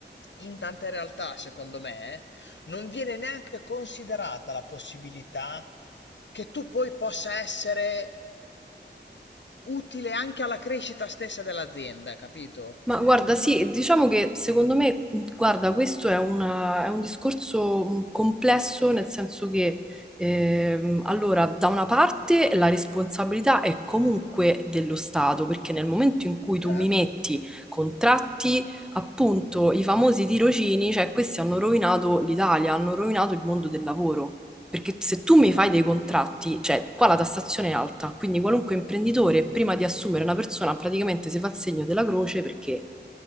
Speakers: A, on the left; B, in the centre.
A: in tante realtà, secondo me, eh, non viene neanche considerata la possibilità che tu poi possa essere utile anche alla crescita stessa dell'azienda, capito?
B: Ma guarda,
A: Ma
B: sì, diciamo che secondo me, mh, guarda, questo è, una- è un discorso mh, complesso nel senso che, ehm, allora, da una parte la responsabilità è comunque dello Stato, perché nel momento in cui tu
A: certo,
B: mi metti contratti, appunto, i famosi tirocini, cioè questi hanno rovinato l'Italia, hanno rovinato il mondo del lavoro. Perché se tu mi
A: vabbè,
B: fai dei contratti, cioè qua la tassazione è alta, quindi qualunque imprenditore
A: sì,
B: prima
A: altissimo.
B: di assumere una persona praticamente si fa il segno della croce perché